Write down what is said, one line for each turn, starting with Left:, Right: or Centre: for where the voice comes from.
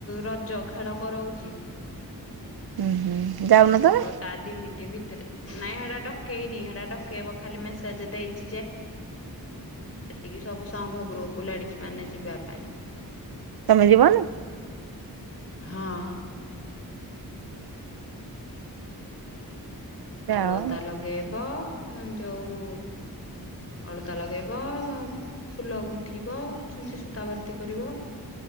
Left: ରଜ ଖେଳ କରାଉଚି।
Right: ହୁଁ ହୁଁ। ଯାଉନ ତମେ?
Left: ତା ଦି ମିନିଟ ଭିତରେ ନାଇଁ ହେଟା ଡକେଇନି ହେଟା ଡକେଇବ ଖାଲି ମେସେଜ ଦେଇଚି ଯେ ସେତିକି ସବୁ ସଂଘ ଗ୍ରୁପ ଲେଡିଜ୍ ମାନେ ଯିବା ପାଇଁ।
Right: ତମେ ଯିବନି?
Left: ହଁ।
Right: ହୁଁ ହୁଁ ଯାଅ
Left: ଅଳତା ଲଗେଇବ ଯୋଉ ଅଳତା ଲଗେଇ ବ ଫୁଲ ଗୁନ୍ଥିବ ଛୁଞ୍ଚି ସୂତା ଭର୍ତ୍ତି କରିବ।